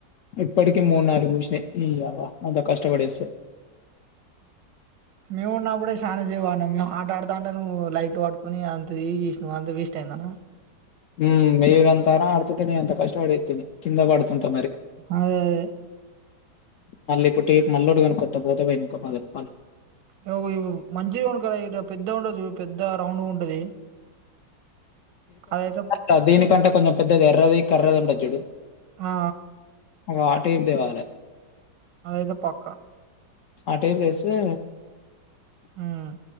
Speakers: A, on the left (about 80°); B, on the right (about 80°).
A: ఇప్పటికీ మూడు నాలుగు నిమ్ష్నే నీయవ్వ అంత కష్టపడేస్తే
B: మేము ఉన్నప్పుడే శానా సేప్అడ్నమ్ మేము ఆట ఆడుతా అంటే నువ్వు లైట్ వాడుకొని అంత ఇ చేసిన నువ్వు అంత వేస్ట్ అయిందన.
A: ఉమ్ మీర్ అంతరా ఆడుతుంటె నే అంత కష్టవడి ఎత్తిని కింద పడుతుంట
B: అదే అదే
A: మల్లిపుట్టిప్ మళ్ళోడు కోన్ కొత్త పోత పోయినాన్కొ పద పద
B: యవ్ ఇవు మంచిది కొన్కర ఇడ పెద్దగ్ ఉంటద్ చూడు పెద్ద రౌండ్గ ఉంటది అదయితే.
A: త దీనికంటే కొంచెం పెద్దది ఎర్రది కర్రది ఉంటద్ చుడు
B: ఆ ఆ,
A: వా టేప్ తేవాలే
B: ఆదైతే పక్క
A: ఆ టేప్ తెస్తే
B: మ్మ్